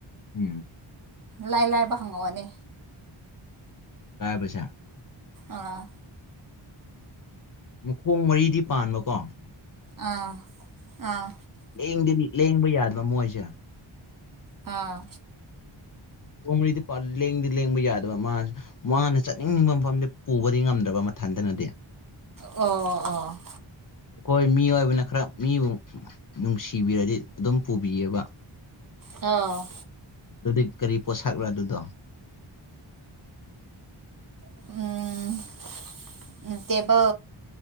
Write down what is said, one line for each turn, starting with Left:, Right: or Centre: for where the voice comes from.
Left: ꯎꯝ
Right: ꯂꯥꯏ ꯂꯥꯏꯕ ꯍꯪꯉꯛꯑꯣꯅꯦ
Left: ꯂꯥꯢꯕꯁꯦ
Right: ꯑꯥ
Left: ꯃꯈꯣꯡ ꯃꯔꯤꯗꯤ ꯄꯥꯟꯕꯀꯣ
Right: ꯑꯥ ꯑꯥ
Left: ꯂꯦꯡꯗ ꯂꯦꯡꯕ ꯌꯥꯗꯕ ꯃꯣꯏꯁꯦ
Right: ꯑꯥ
Left: <unintelligible> ꯃꯔꯤꯗꯤ ꯂꯦꯡꯗꯤ ꯂꯦꯡꯕ ꯌꯥꯗꯕ ꯃꯥꯁ ꯃꯥꯅ ꯆꯠꯅꯤꯡꯕ ꯃꯐꯝꯗꯤ ꯄꯨꯕꯗꯤ ꯉꯝꯗ꯭ꯔꯕ ꯃꯊꯟꯇꯅꯗꯤ
Right: ꯑꯣ ꯑꯣ
Left: ꯑꯩꯈꯣꯏ ꯃꯤ ꯑꯣꯏꯕꯅ ꯈꯔ ꯃꯤꯕꯨ ꯅꯨꯡꯁꯤꯕꯤꯔꯗꯤ ꯑꯗꯨꯝ ꯄꯨꯕꯤꯑꯕ
Right: ꯑꯥ
Left: ꯑꯗꯨꯗꯤ ꯀꯔꯤ ꯄꯣꯠꯁꯛꯂ ꯑꯗꯨꯗꯣ
Right: <unintelligible> ꯇꯦꯕ